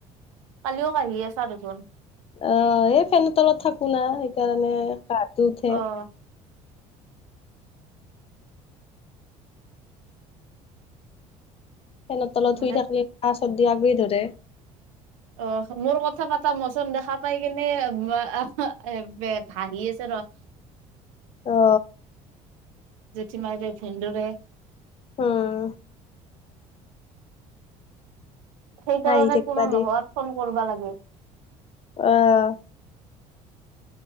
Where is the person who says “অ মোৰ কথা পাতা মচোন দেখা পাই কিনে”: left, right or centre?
Right